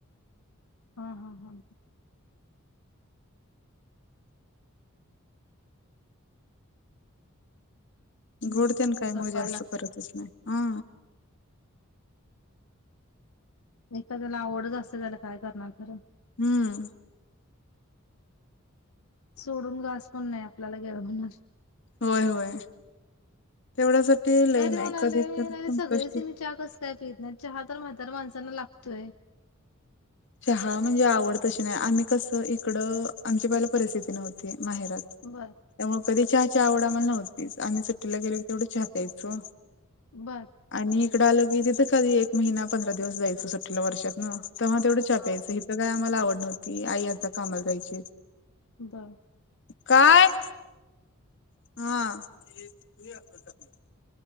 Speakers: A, on the left; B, on the left.
A: हा हा हा हम्म
B: गोड तेन काय
A: जपाय
B: मग जास्त
A: लागते.
B: करतच नाही. हा
A: एकदाला आवडत असते त्याला काय करणार खरं
B: हम्म
A: सोडून घास पण नाही आपल्याला गिळवणार.
B: होय होय तेवढ्यासाठी लय
A: तरी
B: नाही
A: म्हणालोय
B: कधी तर
A: मी
B: संकष्ट
A: सगळीच हिनी चहा कसं काय पित नाही चहा तर म्हाताऱ्या माणसांना लाग तोय.
B: चहा म्हणजे आवड तशी नाही आम्ही कसं इकडं आमची पहिला परिस्थिती नव्हती माहेरात
A: बरं
B: त्यामुळे कधी चहाची आवड आम्हांला नव्हती आणि सुट्टीला गेलो तेवढं चहा प्यायचो.
A: बरं
B: आणि इकडं आलो की तिथं कधी एक महिना पंधरा दिवस जायचं सुट्टीला वर्षातन तेव्हा तेवढिच चहा
A: हा
B: प्यायचं इथं काय आम्हांला आवड नव्हती आई आता कामाला जायची.
A: बरं
B: काय? हा